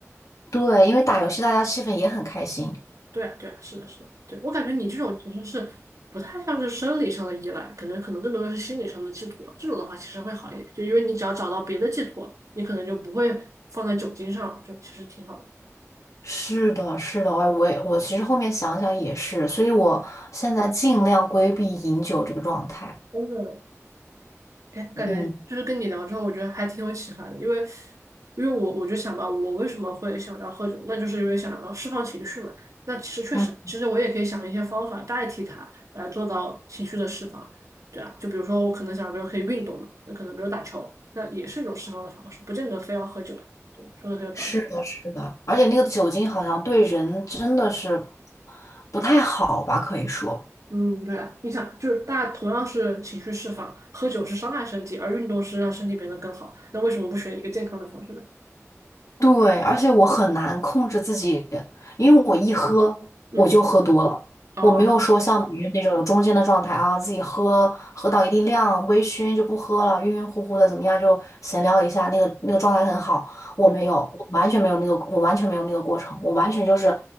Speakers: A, on the left; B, on the right.
A: 对，因为打游戏大家气氛也很开心。
B: 对啊，对啊，是的，是的，对，我感觉你这种其实是不太像是生理上的依赖，可能可能更多的是心理上的寄托。这种的话其实会好一点，就因为你只要找到别的寄托，你可能就不会放在酒精上，就其实挺好的。
A: 是的，是的，哎，我也我其实后面想想也是，所以我现在尽量规避饮酒这个状态。
B: 真的，哎，感觉就是跟你聊之后，
A: 嗯
B: 我觉得还挺有启发的，因为，因为我我就想吧，我为什么会想要喝酒，那就是因为想要释放情绪嘛。那其实确实，
A: 嗯，
B: 其实我也可以想一些方法代替它来做到情绪的释放，对啊，就比如说我可能想，比如可以运动嘛，那可能比如打球，那也是一种释放的方式，不见得非要喝酒。对，说的很有道理。
A: 是的，是的，而且那个酒精好像对人真的是不太好吧，可以说。
B: 嗯，对啊，你想，就是大家同样是情绪释放，喝酒是伤害身体，而运动是让身体变得更好，那为什么不选一个健康的方式呢？
A: 对，而且我很难控制自己，因为我一喝我就喝多了，
B: 嗯，哦，
A: 我没有说像别人那种有中间的状态啊，自己喝喝到一定量，微醺就不喝了，晕晕乎乎的怎么样就闲聊一下，那个那个状态很好。我没有，
B: 对。
A: 我完全没有那个，我完全没有那个过程，我完全就是